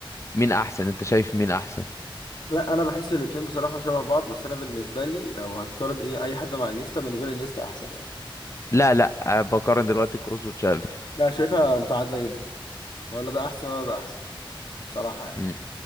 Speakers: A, on the left; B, on the left.
A: مين احسن انت شايف مين احسن
B: لا انا بحس الاتنين بصراحه شبه بعض بس انا بالنسبه لي لو هتقارن ايه اي حد مع انيستا بالنسبه لي انيستا احسن يعني
A: لا لا أه، بقارن دلوقتي كروس وتشافي
B: لا شايفها متعادله جدا ولا ده احسن ولا ده احسن بصراحه يعني
A: مم.